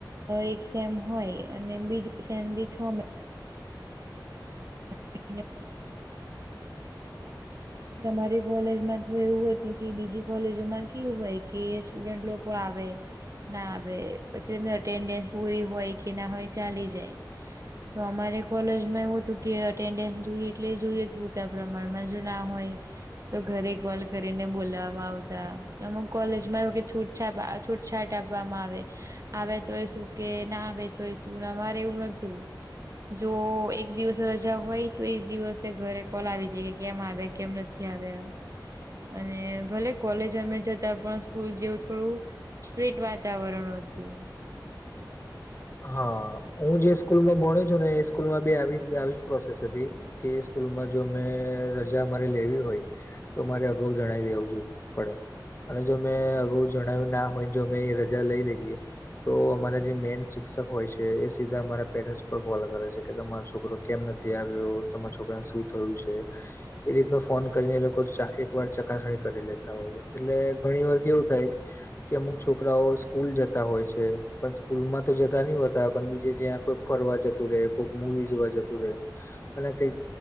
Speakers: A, on the right; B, on the left.
A: એક સેમ હોય અને બીજું સેમ બી છ મહિના <inaudible> તમારી કોલેજ માં છે એવું જ. પછી બીજી કોલેજો માં કેવું હોય કે સ્ટુડન્ટ લોકો આવે. ના હવે પછી એની અટેન્ડન્સ પૂરી હોય કે ના હોય ચાલી જાય. તો અમારે કોલેજમાં એવું હતું કે અટેન્ડન્સ જોઈએ એટલે જોઈએ પૂરતા પ્રમાણમાં જો ના હોય તો ઘરે કોલ કરીને બોલવા આવતા, અમુક કોલેજમાં એવું કે છૂટ છાપ આ છૂટછાટ આપવામાં આવે. આવે તોય શું કે, ના આવે તોય શું, અમારે એવું નતું. જો એક દિવસે રજા હોય તો, એજ દિવસે ઘરે કોલ આવી જાય. કેમ આવે કેમ નથી આવે. અને ભલે કોલેજ અમે જતા પણ સ્કૂલ જેવું થોડુ સ્ટ્રીટ વાતાવરણ હતું.
B: હા હું જે સ્કૂલ માં ભણું છું ને, એ સ્કૂલ માં બી આવીજ આવીજ પ્રોસેસ હતી. કે સ્કૂલમાં જો મે રજા મારે લેવી હોય. તો મારે અગાઉ જણાવ દેવું જો પડે. અને જો મેં અગાઉ જણાવ્યું ના હોય, જો મે એ રજા લઈ લેજએ. તો અમારા જે મેન સી ક્ષક હોય છે, એ સીધા અરા પેરેનસ પર કોલ કરે છે, કે તમારો છોકરો કેમ નથી આવ્યો? તમારા છોકરાને શું થયું છે? એ રીતનો ફોન કરીને એ લોકો ચા એક વાર ચકાસણી કરી લેતા હોય, એટલે ઘણી વાર કેવું થાય કે અમુક છોકરાઓ સ્કૂલ જતા હોય છે, પણ સ્કૂલ માં જ તો જતા નહિ હોતા, પણ બીજે જ્યાં કોક ફરવા જતું રહેે, કોઈક મુવી જોવા જતું રહે. અને કઈક.